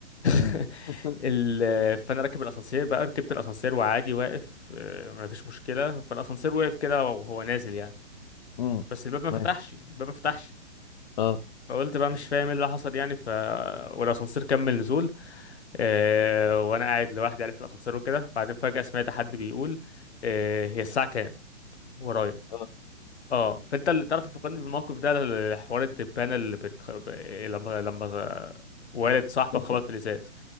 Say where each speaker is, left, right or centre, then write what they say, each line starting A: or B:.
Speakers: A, on the left; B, on the left.
A: امم
B: <laughs>
A: <laughs>
B: ال... فانا راكب الاسانسير بقى ركبت الاسانسير وعادي واقف اه، ما فيش مشكله فالاسانسير وقف كده وهو نازل يعني
A: امم
B: بس الباب ما فتحش
A: ماشي
B: الباب ما فتحش
A: اه
B: فقلت بقى مش فاهم ايه اللي حصل يعني ف والاسانسير كمل نزول اه... وانا قاعد لوحدي يعني في الاسانسير وكده بعدين فجاه سمعت حد بيقول اه... هي الساعه كام ورايا
A: اه
B: اه فانت اللي تعرف تفكرني بالموقف ده حوار الدبانه اللي بتخ... ب- لما لما والد صاحبك
A: <laughs>
B: خبط في الازاز